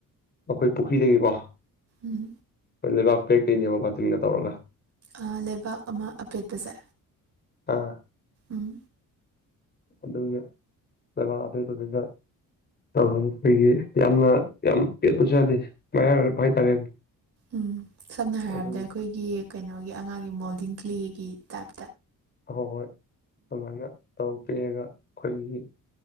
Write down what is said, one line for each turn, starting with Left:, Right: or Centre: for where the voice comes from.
Left: ꯑꯩꯈꯣꯏ ꯄꯨꯈ꯭ꯔꯤꯗꯒꯤꯀꯣ
Right: ꯎꯝ
Left: ꯐ ꯂꯩꯕꯥꯛ ꯄꯦꯛ ꯁꯤꯅꯦꯕ ꯀꯣ ꯗꯤꯟꯒ ꯇꯧꯔꯒ
Right: ꯑ ꯂꯩꯕꯥꯛ ꯑꯃ ꯑꯄꯦꯠꯄꯁꯦ
Left: ꯑꯥ
Right: ꯎꯝ
Left: ꯑꯗꯨꯒ ꯂꯩꯕꯥꯛ ꯑꯄꯦꯠꯄꯗꯨꯒ ꯇꯧꯔꯅꯤ ꯑꯩꯈꯣꯏꯒꯤ ꯌꯥꯝꯅ ꯌꯥꯝ ꯄꯦꯠꯄꯁꯨ ꯌꯥꯗꯦ ꯃꯌꯥꯏ ꯑꯣꯏꯔꯞ ꯍꯥꯏꯇꯥꯔꯦ
Right: ꯎꯝ ꯁꯝꯅ ꯍꯥꯏꯔꯕꯗ
Left: ꯑꯗꯨꯝ
Right: ꯑꯩꯈꯣꯏꯒꯤ ꯀꯩꯅꯣꯒꯤ ꯑꯉꯥꯡꯒꯤ ꯃꯣꯜꯗꯤꯡ ꯀꯂꯤꯒꯤ ꯇꯞ
Left: ꯑꯍꯣꯏ ꯍꯣꯏ ꯑꯗꯨꯃꯥꯏꯅ ꯇꯧ ꯄꯦꯑꯒ ꯈꯣꯏꯒꯤ